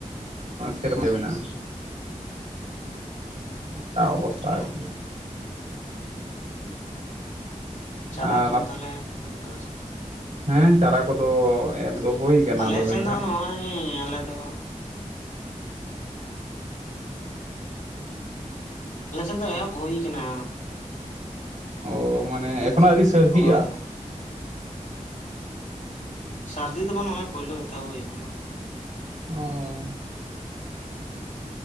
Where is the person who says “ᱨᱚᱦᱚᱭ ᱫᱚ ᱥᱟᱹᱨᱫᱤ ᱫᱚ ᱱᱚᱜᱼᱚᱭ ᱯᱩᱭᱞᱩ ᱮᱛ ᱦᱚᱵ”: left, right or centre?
Left